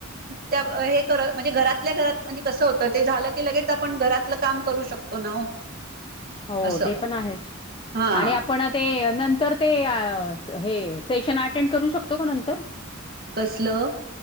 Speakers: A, on the right; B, on the left.
A: त्या म्हणज घरातल्या घरात म्हणजे कस होत ते झालं की लगेच आपण घरातलं काम करू शकतो ना
B: हो
A: असं
B: ते पण आहेच
A: हा
B: आणि आपण ते नंतर ते हे सेशन अटेंड करू शकतो का नंतर
A: कसलं